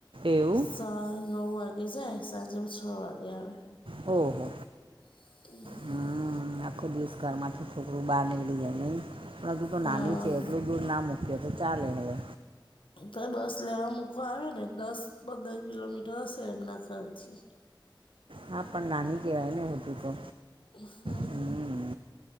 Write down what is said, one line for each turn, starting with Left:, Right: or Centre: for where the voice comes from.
Right: એવું
Left: સા નવ વાગે જાય સાંજે છ વાગે આવે
Right: ઓહો
Left: હમ <unintelligible>
Right: હમ આખો દિવસ ઘર માંથી છોકરું બહાર નીકળી જાય નહીં પણ હજુ તો
Left: હા
Right: નાની છે એટલું દૂર ના મૂકીએ તો ચાલે હવે
Left: તો બસ લેવા મૂકોવા આવે ને દસ પંદર કિલોમીટર હશે એમના ઘરથી
Right: હા પણ નાની કહેવાય ને હજુ તો.
Left: હા,
Right: હમ
Left: હા, હા.